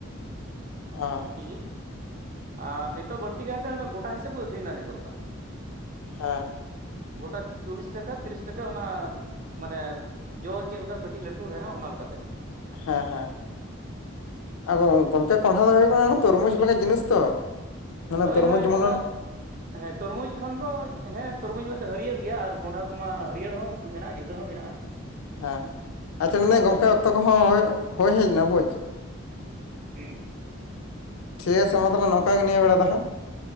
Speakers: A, on the left (about 85°); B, on the right (about 40°).
A: <unintelligible>
B: ᱠᱮᱡᱤ ᱟᱨ ᱱᱤᱛᱚᱜ ᱵᱟᱹᱲᱛᱤ ᱠᱟᱭᱛᱮ ᱜᱚᱴᱟ ᱦᱤᱥᱟᱹᱵ ᱠᱚ ᱟᱠᱷᱨᱤᱧ ᱮᱫᱟ ᱱᱤᱛᱚᱜ ᱫᱚ
A: ᱦᱮᱸ
B: ᱜᱚᱴᱟ ᱪᱚᱞᱞᱤᱥ ᱴᱟᱠᱟ ᱛᱤᱨᱤᱥ ᱴᱟᱠᱟ ᱚᱱᱟ ᱢᱟᱱᱮ ᱡᱚ ᱪᱮᱫ ᱞᱮᱠᱟ ᱠᱟᱹᱴᱤᱡ ᱞᱟᱹᱴᱩ ᱫᱟᱨᱟ ᱚᱱᱟ ᱞᱮᱠᱟᱛᱮ
A: ᱦᱮᱸ ᱦᱮᱸ ᱟᱨ ᱜᱚᱝᱠᱮ ᱠᱚᱱᱰᱷᱟ ᱫᱚ ᱦᱩᱭᱩᱜ ᱠᱟᱱᱟ ᱛᱚᱨᱢᱩᱡᱽ ᱞᱟᱜᱟᱜ ᱡᱤᱱᱤᱥ ᱛᱚ ᱢᱟᱱᱮ
B: ᱦᱳᱭ
A: ᱛᱚᱨᱢᱩᱡᱽ
B: ᱦᱳᱭ
A: ᱡᱮᱢᱚᱱ
B: ᱚᱱᱟ ᱦᱮᱸ ᱛᱚᱨᱢᱩᱡᱽ ᱠᱷᱚᱱ ᱫᱚ ᱦᱮᱸ ᱛᱚᱨᱢᱩᱡᱽ ᱢᱮ ᱫᱚ ᱦᱟᱹᱨᱭᱟᱹᱲ ᱜᱮᱭᱟ ᱟᱨ ᱠᱟᱸᱰᱷᱟ ᱠᱚᱢᱟ ᱦᱟᱹᱨᱭᱟᱹᱲ ᱦᱚᱸ ᱢᱮᱱᱟᱜᱼᱟ ᱜᱮᱫᱚ ᱢᱮᱱᱟᱜᱼᱟ
A: ᱦᱮᱸ ᱟᱪᱪᱷᱟ ᱢᱮᱱᱮ
B: ᱟᱨ
A: ᱜᱚᱝᱠᱮ
B: ᱛᱚᱨᱢᱩᱡᱽ
A: ᱚᱠᱛᱚ ᱠᱚᱦᱚᱸ ᱦᱳᱭ ᱦᱮᱡ ᱮᱱᱟ ᱵᱩᱡᱽ
B: ᱦᱩᱸ
A: ᱴᱷᱤᱠ ᱜᱮᱭᱟ ᱥᱚᱢᱟᱛᱚᱜ ᱱᱚᱝᱠᱟ ᱜᱮ ᱱᱤᱭᱟᱹ ᱵᱮᱲᱟ ᱫᱚ ᱦᱟᱸᱜ